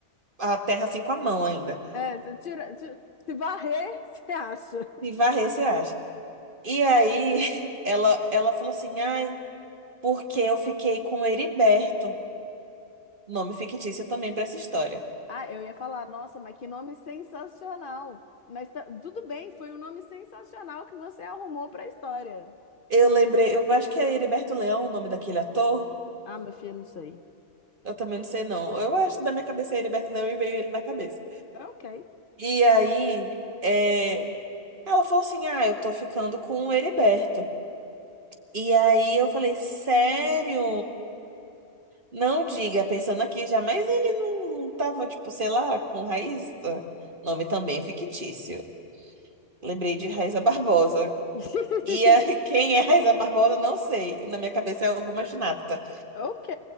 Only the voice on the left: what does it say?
É, você tira, tira- se varrer, <laughs> você acha.
Ah, eu ia falar, nossa, mas que nome sensacional. Mas tá- tudo bem, foi um nome sensacional que você arrumou para a história.
Ah, meu filho, não sei.
É ok.
<laughs>
Ok.